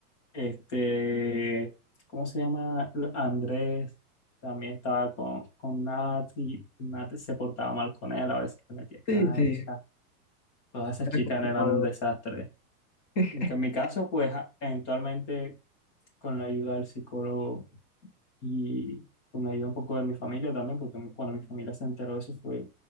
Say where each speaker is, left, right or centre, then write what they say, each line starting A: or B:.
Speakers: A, on the left (about 45°); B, on the left (about 20°).
A: Este, ¿cómo se llama? Andrés también estaba con, con Nat y Nat se portaba mal con él, a veces le metía callos.
B: sí, sí.
A: Todas
B: <laughs>
A: esas
B: Era
A: chicas
B: complicado.
A: eran un desastre.
B: ¿verdad? <laughs>
A: En que- en mi caso, pues a- eventualmente con la ayuda del psicólogo y con la ayuda un poco de mi familia también, porque mi- cuando mi familia se enteró de eso fue